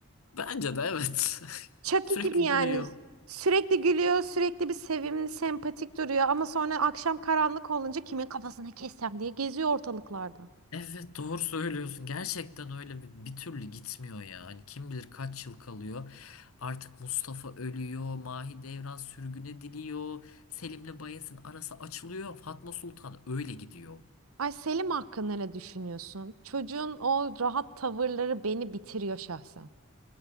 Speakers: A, on the left; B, on the right.
A: bence de evet. <laughs>
B: Çaki
A: Sürekli
B: gibi yani.
A: gülüyor.
B: Sürekli gülüyor, sürekli bir sevimli, sempatik duruyor ama sonra akşam karanlık olunca kimin kafasını kessem diye geziyor ortalıklarda.
A: Evet doğru söylüyorsun. Gerçekten öyle bir, bir türlü gitmiyor ya. Hani kim bilir kaç yıl kalıyor. Artık Mustafa ölüyor. Mahidevran sürgüne diliyor. Selim'le Bayez'in arası açılıyor. Fatma Sultan öyle gidiyor.
B: Ay Selim hakkında ne düşünüyorsun? Çocuğun o rahat tavırları beni bitiriyor şahsen.